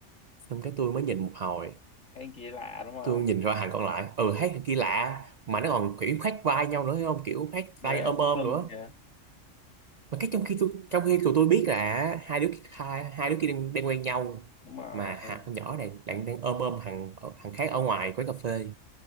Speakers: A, on the right (about 70°); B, on the left (about 80°).
A: xong cái tôi mới nhìn một hồi
B: than kia lạ đúng không
A: tôi nhìn ra hàng còn lại ừ thấy thằng kia lạ mà nó còn kiểu khoác vai nhau nữa thấy không kiểu khoác tay
B: ghê
A: ôm ôm
B: thân
A: nữa
B: kìa
A: mà cái trong khi tôi trong khi tụi tôi biết là hai đứa hai, hai đứa kia đang, đang quen nhau
B: đúng rồi
A: mà hạt con nhỏ này đang đang ôm ôm thằng thằng khác ở ngoài quán cà phê